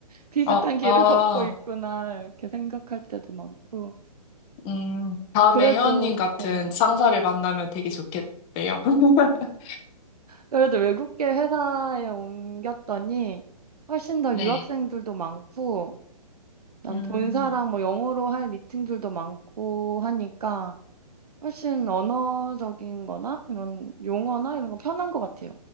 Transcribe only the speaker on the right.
비슷한
길을
걷고 있구나. 이렇게 생각할 때도 많고.
그래도,
예,
그래도 외국계 회사에 옮겼더니, 훨씬 더
유학생들도 많고, 난
본사랑 뭐 영어로 할 미팅들도 많고 하니까, 훨씬 언어적인 거나 이런 용어나 이런 거 편한 것 같아요.